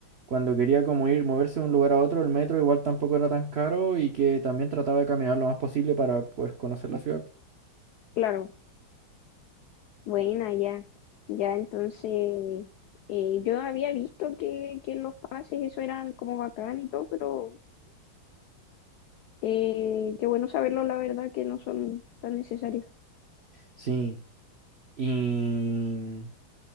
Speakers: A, on the right; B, on the left.
A: cuando quería como ir, moverse de un lugar a otro, el metro igual tampoco era tan caro y que también trataba de caminar lo más posible para pues conocer la ciudad.
B: Claro, buena, ya, ya, entonces eh, yo había visto que, que los pases, eso eran como bacán y todo, pero Eh, qué bueno saberlo, la verdad, que no son tan necesarios.
A: Sí, y,